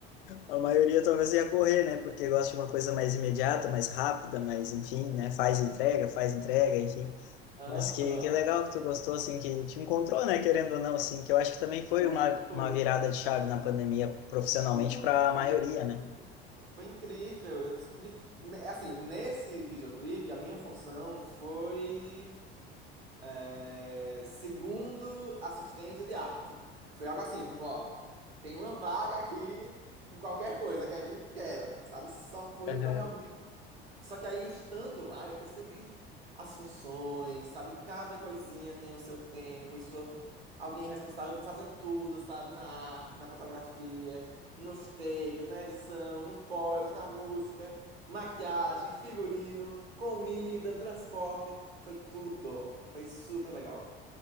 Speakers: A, on the left; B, on the right.
A: a maioria talvez ia correr, né? Porque gosta de uma coisa mais imediata, mais rápida, mas enfim, né? Faz entrega, faz entrega, enfim.
B: Aham.
A: Mas que, que legal que tu gostou, assim, que te encontrou, né, querendo ou não, assim, que eu acho que também foi
B: Muito!
A: uma, uma virada de chave na pandemia, profissionalmente,
B: Muito,
A: para a maioria,
B: muito,
A: né?
B: muito. Foi incrível. Eu descobri. ne- Assim, nesse videoclipe, a minha função foi é, segundo assistente de arte. Foi algo assim, tipo, ó, tem uma vaga aqui em qualquer coisa, quer vir? Quero. Sabe? Só foi
A: Aham.
B: pra eu realmente. Só que aí, estando lá, eu percebi as funções, sabe? Cada coisinha tem o seu tempo e sua... Alguém responsável por fazer tudo, sabe? Na arte, na fotografia, nos takes, na edição, no pós, na música, maquiagem, figurino, comida, transporte. Foi tudo. Foi super legal.